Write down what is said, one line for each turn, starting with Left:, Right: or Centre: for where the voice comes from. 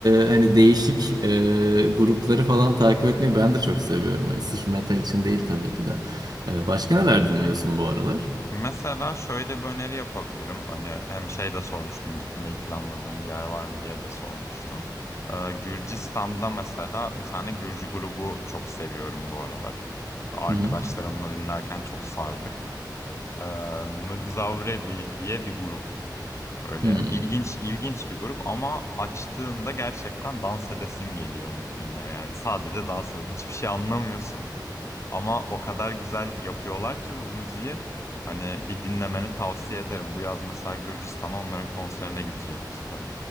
Right: e, hani değişik e, grupları falan takip etmeyi ben de çok seviyorum. Hani sırf metal için değil tabii ki de. Ee, başka neler dinliyorsun bu aralar?
Left: Mesela şöyle bir öneri yapabilirim. Hani hem şey de sormuştun gitmeyi planladığım bir yer var mı diye de sormuştun. Ee, Gürcistan'da mesela bir tane Gürcü grubu çok seviyorum bu aralar. Arkadaşlarımla
Right: Hı hı.
Left: dinlerken çok sardık. Ee, Mgzavrebi diye bir grup. Böyle
Right: Hı.
Left: ilginç ilginç bir grup ama açtığında gerçekten dans edesin geliyor müziğine. Yani sadece dans ede- Hiçbir şey anlamıyorsun ama o kadar güzel yapıyorlar ki bu müziği. Hani bir dinlemeni tavsiye ederim. Bu yaz mesela Gürcistan'a onların konserine gideceğiz biz de.